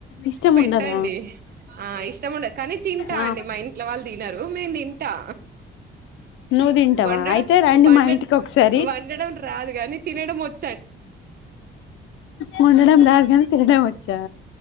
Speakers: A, on the left; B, on the right.
A: ఇష్టం
B: పెట్టండి
A: ఉండదా
B: ఆ ఇష్టము ఉండదు కానీ తింటా
A: ఆ
B: అండి మా ఇంట్లో వాళ్ళు తినరు మేను తింటా
A: నువ్వు తింటావా
B: వండడం
A: అయితే రండి
B: వండడం
A: మా ఇంటికి ఒకసారి
B: వండడం రాదు కాని తినడం వొచ్
A: వోడడం రాదు గానీ తినడం వచ్చా